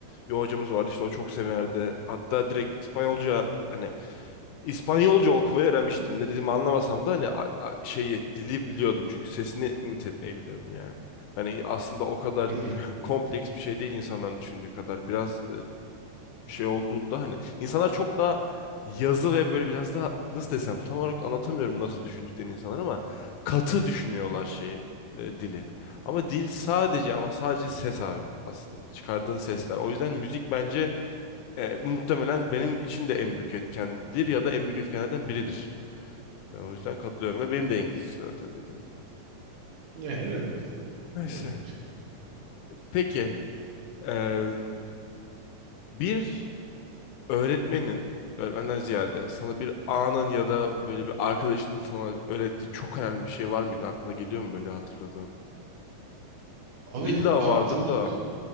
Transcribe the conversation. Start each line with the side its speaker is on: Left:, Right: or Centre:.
Left: Bir hocamız vardı işte o çok severdi. Hatta direkt İspanyolca hani İspanyolca okumayı öğrenmiştim. Ne dediğimi anlamasam da hani a- a- şeyi dili biliyordum çünkü sesini imit etmeyi biliyordum yani. Hani aslında o kadar
Right: Hı hı.
Left: kompleks bir şey değil insanların düşündüğü kadar. Biraz e, şey olduğunda hani insanlar çok daha yazı ve böyle biraz daha nasıl desem tam olarak anlatamıyorum nasıl düşündüklerini insanlar ama katı düşünüyorlar şeyi e, dili. Ama dil sadece ama sadece ses abi aslında çıkardığın sesler. O yüzden müzik bence e, muhtemelen benim için de en büyük etkendir ya da en büyük etkenlerden biridir. Ben o yüzden katılıyorum ve benim de İngilizce zaten dediğim gibi.
Right: Ya herhalde.
Left: Neyse.
Right: Bilmiyorum.
Left: Peki, e, bir öğretmenin, öğretmenden ziyade sana bir anın ya da böyle bir arkadaşının sana öğrettiği çok önemli bir şey var mıydı? Aklına geliyor mu böyle hatırladığın?
Right: Abi
Left: İlla
Right: aklımı
Left: vardır da.